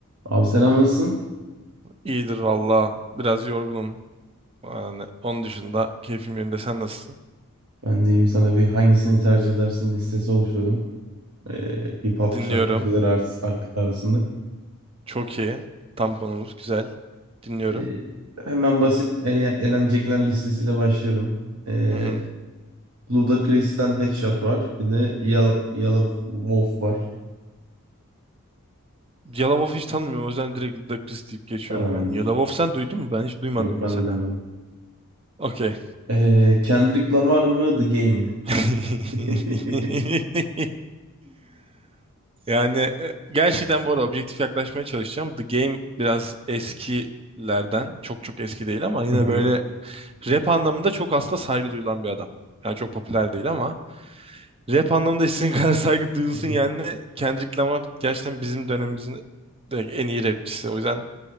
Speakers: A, on the right; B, on the right.
A: Abi selam nasılsın?
B: İyidir valla. Biraz yorgunum. Yani onun dışında keyfim yerinde. Sen nasılsın?
A: Ben deyim sana bir hangisini tercih edersin listesi oluşturdum. Ee, hip hop
B: Dinliyorum.
A: şarkıcılar ar- ar- arasında.
B: Çok iyi. Tam konumuz güzel. Dinliyorum.
A: Ee, hemen basit ele- elenecekler listesiyle başlıyorum. Ee,
B: Hı hı.
A: Ludacris'ten Headshot var. Bir de Yellow, Yellow Wolf var.
B: Yalavof hiç tanımıyorum. O yüzden direkt Ludak Chris deyip geçiyorum
A: Tamamdır.
B: yani. Yalavof sen duydun mu? Ben hiç duymadım
A: Yok ben
B: mesela.
A: de duymadım.
B: Okey.
A: Ee, Kendrick Lamar mı The Game mi?
B: <laughs>
A: <laughs>
B: Yani e, gerçekten bu arada objektif yaklaşmaya çalışacağım. The Game biraz eskilerden. Çok çok eski değil ama yine
A: Hı hı.
B: böyle rap anlamında çok aslında saygı duyulan bir adam. Yani çok popüler değil ama. Rap anlamında istediğin <laughs> kadar saygı duyulsun
A: <laughs>
B: yani. Kendrick Lamar gerçekten bizim dönemimizin direkt en iyi rapçisi. O yüzden